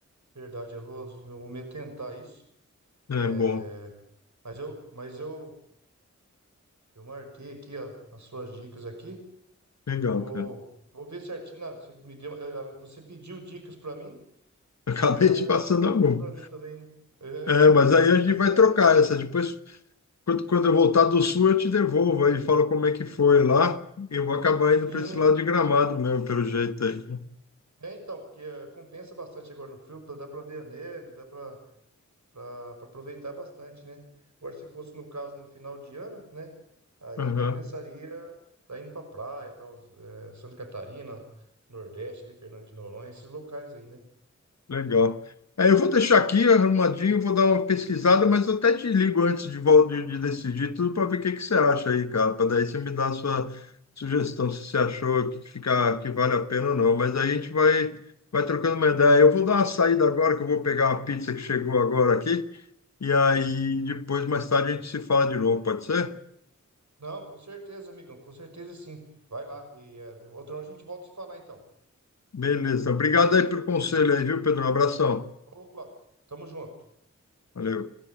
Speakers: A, on the right; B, on the left.
A: Verdade, eu vou, eu vou me tentar isso. É,
B: É bom,
A: mas eu, mas eu, eu marquei aqui, ó, as suas dicas aqui.
B: legal,
A: Eu vou,
B: cara.
A: vou ver certinho. Não, você me deu, eh, você pediu dicas pra mim
B: <laughs> Acabei
A: e acabou
B: te passando
A: passando
B: a
A: umas
B: mão.
A: pra mim também, né? É,
B: É, mas aí a gente
A: mas
B: vai
A: é
B: trocar
A: que eu recomendo.
B: essa. Depois, quando, quando eu voltar do sul, eu te devolvo aí, falo como é que foi lá. Eu vou acabar
A: Sim.
B: indo para esse lado de Gramado mesmo, pelo jeito aí.
A: É, então, porque eh, compensa bastante agora no frio, pra- dá pra ver a neve, dá pra pra- pra aproveitar bastante, né? Agora, se fosse no caso no final de ano, né? Aí
B: Aham.
A: compensaria tá indo pra praia, tal, eh, Santa Catarina, Nordeste, ali, Fernando de Noronha, esses locais aí, né?
B: Legal. É, eu vou deixar aqui arrumadinho, vou dar uma pesquisada, mas eu até te ligo antes de, vol- de, de decidir tudo para ver o que, que você acha aí, cara. Para daí você me dar a sua sugestão, se você achou que, fica, que vale a pena ou não. Mas aí a gente vai, vai trocando uma ideia. Eu vou dar uma saída agora, que eu vou pegar uma pizza que chegou agora aqui. E aí depois, mais tarde, a gente se fala de novo, pode ser?
A: Não, com certeza, amigão, com certeza sim. Vai lá e eh, outra hora a gente volta a se falar então.
B: Beleza. Obrigado aí pelo conselho aí, viu, Pedro? Um abração.
A: Opa, t- tamo junto.
B: Valeu.